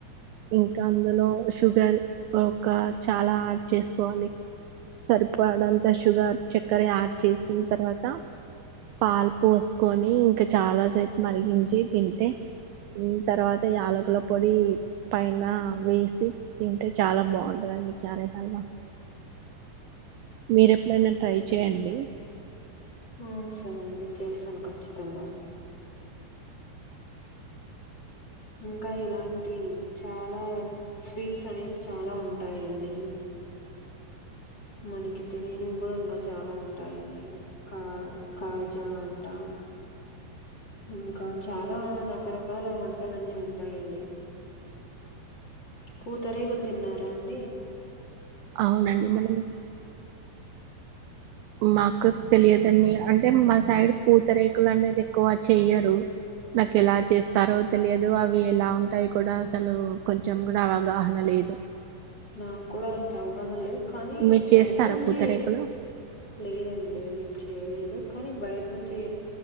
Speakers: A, on the right (about 80°); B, on the left (about 25°).
A: ఇంకా అందులో షుగర్ ఒక చాలా ఆడ్ చేసుకోవాలి సరిపోడంతా షుగర్ చక్కర యాడ్ చేసిన తర్వాత పాలు పోసుకొని ఇంకా చాలాసేపు మరిగించి తింటే తర్వాత యాలకుల పొడి పైన వేసి తింటే చాలా బాగుంటదండి క్యారెట్ హల్వా మీరెప్పుడైనా ట్రై చేయండి
B: ఆ సరే అండి చేస్తాను ఖచ్చితంగా ఇంకా ఇలాంటి చాలా స్వీట్స్ అనేవి చాలా ఉంటాయండి మనకి తెలియనివి కూడా ఇంకా చాలా ఉంటాయండి కా కాజా అంటా ఇంకా చాలా రకరకాల వంటలన్నీ ఉంటాయండి పూతరేకులు తిన్నారా అండి
A: అవునండి మనం మాకు తెలియదన్ని అంటే మా సైడ్ పూతరేకులు అనేది ఎక్కువ చెయ్యరు నాకు ఎలా చేస్తారో తెలియదు అవి ఎలా ఉంటాయి కూడా అసలు కొంచెం కూడా అవగాహన లేదు
B: నాక్కూడా అంత అవగాహన లేదు కానీ
A: మీరు
B: బయట
A: చేస్తారా
B: నుంచి
A: పూతరేకులు
B: లేదండి మేం చేయలేదు కానీ బయట నుంచి